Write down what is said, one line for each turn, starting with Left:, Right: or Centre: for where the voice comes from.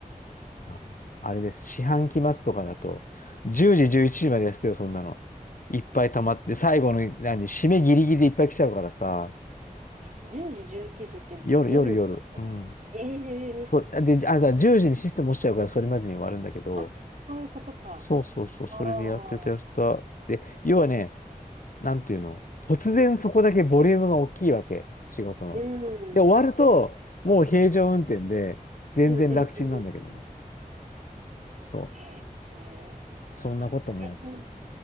Left: あのあれです。四半期末とかだと、10時、11時までやってたよ、そんなの。いっぱい溜まって、最後の、何、締めギリギリでいっぱい来ちゃうからさ、
Right: え、10時、11時って夜のことだっけええー
Left: 夜、夜、夜。うん。そ、で、あ、だ10時にシステム落ちちゃうから、それまでに終わるんだけど、
Right: あ、そういうことか。
Left: そうそうそう、
Right: ああ、
Left: それでやってた、やってた。で、要はね、なんていうの、突然そこだけボリュームが大きいわけ、仕事の。
Right: うん、
Left: で、終わると、
Right: うん
Left: もう平常運転で、全然楽ちんなんだけどね。
Right: うんうん。
Left: そ
Right: へえ、へえ
Left: う。そんなこともやっ
Right: それに